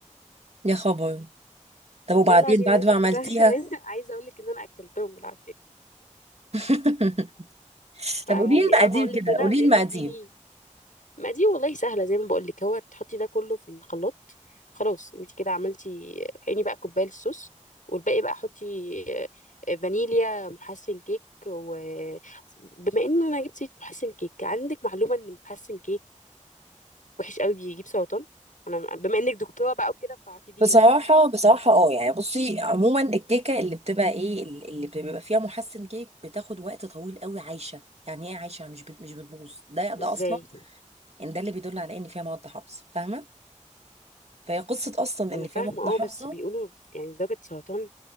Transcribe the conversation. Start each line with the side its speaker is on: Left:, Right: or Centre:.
Right: يا خبر
Left: والله
Right: طب وبعدين
Left: العظيم
Right: بعد
Left: عايز
Right: ما
Left: بس
Right: عملتيها
Left: <laughs> عايزه عايزه اقول لك ان انا اكلتهم بالعافيه
Right: <laughs>
Left: فيعني
Right: طب قولي المقادير
Left: انا بقول لك
Right: كده
Left: هنا
Right: قولي
Left: ان
Right: المقادير
Left: انت تجيبي ما دي والله سهله زي ما بقول لك هو تحطي ده كله في الخلاط خلاص انت كده عملتي عيني بقى كوبايه الصوص والباقي بقى حطي آه، فانيليا محسن كيك وبما ان انا جبت سيره محسن كيك عندك معلومه ان محسن كيك وحش قوي بيجيب سرطان انا بما انك دكتوره بقى وكده ففيدينا
Right: بصراحة بصراحة اه يعني بصي عموما الكيكة اللي بتبقى ايه اللي بتبقى فيها محسن كيك بتاخد وقت طويل قوي عايشة يعني ايه عايشة مش بت- مش بتبوظ ده ده
Left: ازاي
Right: اصلا ان ده اللي بيدل على ان فيها مواد حافظة فاهمة فهي قصة اصلا
Left: انا
Right: ان
Left: فاهمه
Right: فيها مواد
Left: اه
Right: حافظة
Left: بس بيقولوا يعني درجه سرطان